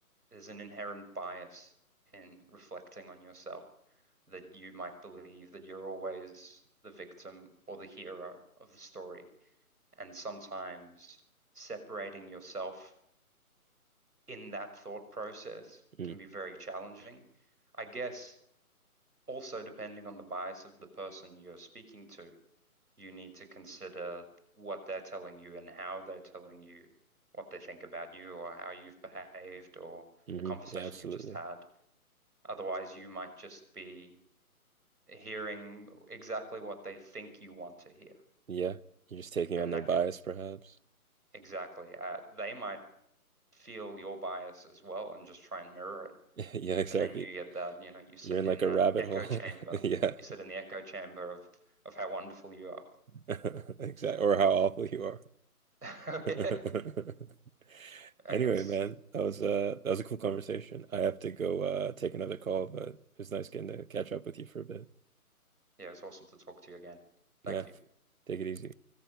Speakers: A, on the right (about 85°); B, on the right (about 65°).
A: there's an inherent bias in reflecting on yourself that you might believe that you're always the victim or the hero of the story. And sometimes separating yourself in that thought process
B: Mm,
A: can be very challenging. I guess also, depending on the bias of the person you're speaking to, you need to consider what they're telling you and how they're telling you what they think about you or how you've behaved or
B: hmm
A: the conversation
B: Yeah, absolutely.
A: you've just had. Otherwise, you might just be hearing exactly what they think you want to hear.
B: Yeah, you're just taking
A: And
B: on their
A: that
B: bias,
A: could
B: perhaps.
A: exactly, uh, they might feel your bias as well and just try and mirror it.
B: <laughs> Yeah, exactly.
A: And then you get that, you know, you sit
B: You're in
A: in
B: like a
A: that
B: rabbit
A: echo
B: hole.
A: chamber.
B: <laughs> Yeah,
A: You sit in the echo chamber of of how wonderful you are.
B: <laughs> exactly. Or how awful you are.
A: <laughs> I
B: <laughs> Anyway,
A: guess.
B: man, that was uh that was a cool conversation. I have to go uh take another call, but it was nice getting to catch up with you for a bit.
A: Yeah, it's awesome to talk to you again.
B: Yeah,
A: Thank you.
B: take it easy.